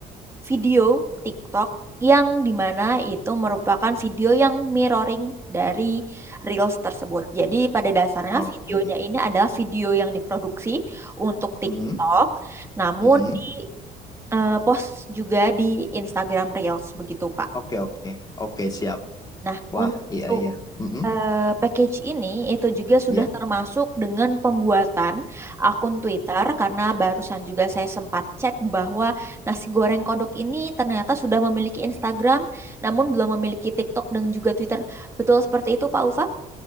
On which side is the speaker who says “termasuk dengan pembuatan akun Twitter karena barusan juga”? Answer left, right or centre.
Right